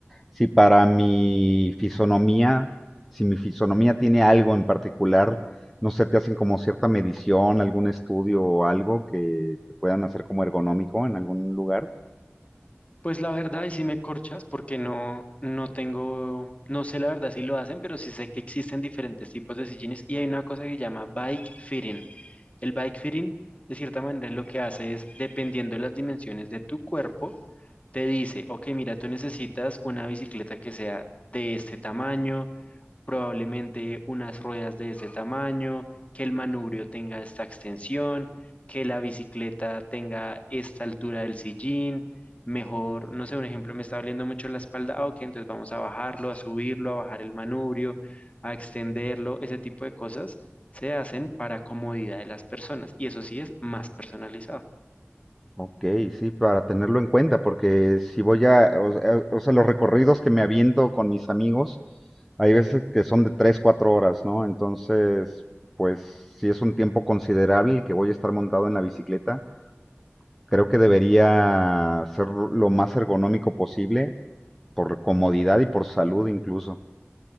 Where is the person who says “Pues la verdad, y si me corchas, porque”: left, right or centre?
Left